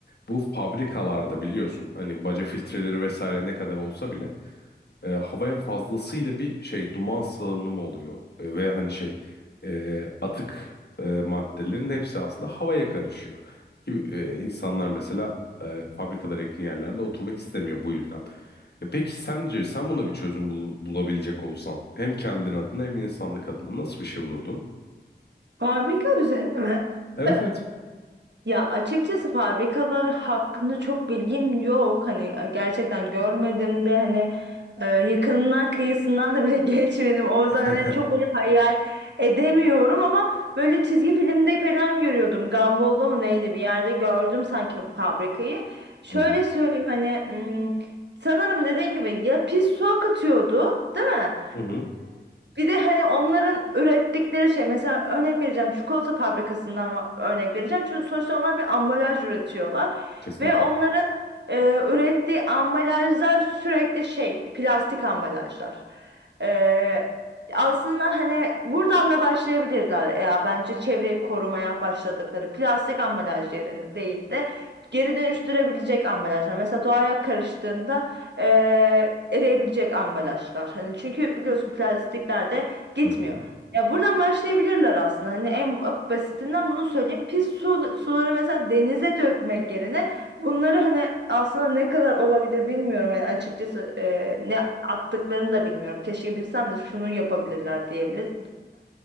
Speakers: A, on the left; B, on the right.
A: Bu fabrikalarda biliyorsun hani baca filtreleri vesaire ne kadar olsa bile e, havaya fazlasıyla bir şey duman salınımı oluyor. E, ve hani şey e, atık e, maddelerin hepsi aslında havaya karışıyor. Ki, e, insanlar mesela e, fabrikalara yakın yerlerde oturmak istemiyor bu yüzden. E, peki sence sen buna bir çözüm bul- bulabilecek olsan hem kendin adına hem insanlık adına nasıl bir şey bulurdun?
B: Fabrika üzerine mi?
A: Evet
B: <clears throat>
A: evet.
B: Ya açıkçası fabrikalar hakkında çok bilgim yok. Hani e, gerçekten görmedim de hani e, yakınından kıyısından da bile <laughs> geçmedim. O yüzden
A: <laughs>
B: hani çok böyle hayal edemiyorum ama böyle çizgi filmde falan görüyordum. Gumball'da mı neydi bir yerde gördüm sanki fabrikayı. Şöyle
A: Hı hı.
B: söyleyeyim hani hmm, sanırım dediğin gibi ya pis su akıtıyordu değil mi?
A: Hı hı.
B: Bir de hani onların ürettikleri şey mesela örnek vereceğim çikolata fabrikasından va- örnek vereceğim. Çünkü sonuçta onlar bir ambalaj üretiyorlar
A: Kesinlikle.
B: ve onların e, ürettiği ambalajlar sürekli şey plastik ambalajlar. E, aslında hani buradan da başlayabilirler E, ya bence çevreyi korumaya başladıkları plastik ambalaj yerine değil de geri dönüştürebilecek ambalajlar. Mesela doğaya karıştığında eee, eriyebilecek ambalajlar. Hani çünkü biliyorsun plastikler de gitmiyor.
A: Hı hı.
B: Ya buradan başlayabilirler aslında. Hani en basitinden bunu söyleyeyim. Pis su, suları mesela denize dökmek yerine bunları hani aslında ne kadar olabilir bilmiyorum. Yani açıkçası eee, ne attıklarını da bilmiyorum. Keşke bilsem de şunu yapabilirler
A: Hı hı.
B: diyebilir,